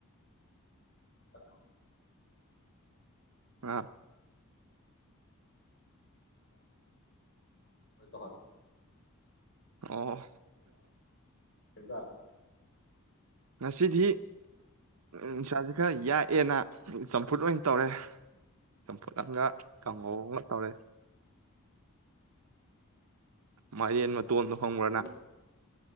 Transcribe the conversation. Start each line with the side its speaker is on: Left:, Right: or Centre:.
Left: ꯑ
Right: ꯑꯥ
Left: ꯍ
Right: ꯑꯣ
Left: ꯍꯖꯥꯛ
Right: ꯉꯁꯤꯗꯤ ꯅꯨꯡꯁꯥꯥꯁ ꯈꯔ ꯌꯥꯛꯑꯦꯅ ꯆꯝꯐꯨꯠ ꯑꯣꯏꯅ ꯇꯧꯔꯦ ꯆꯝꯐꯠꯂꯒ ꯀꯝ ꯇꯔꯦ ꯃꯥ ꯌꯦꯟ ꯃ ꯇꯣꯟꯗꯣ ꯍꯣꯡꯕ꯭ꯔꯅ
Left: ꯁꯧꯒ꯭ꯔꯤ